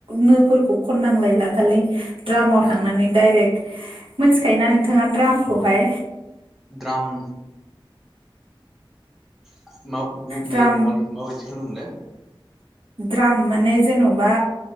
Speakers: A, on the right; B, in the centre.
A: नोफोरखौ खननांलायला खालि ड्रामाव
B: उम
A: थांनानै डाइरेक्ट मोनथिखायो ना नोंथाङा द्रामखौहाय?
B: द्राम <inaudible> मा ब-बे
A: द्राम
B: माबानि माबायदिखौ होनोमोनलाय?
A: द्राम माने जेनबा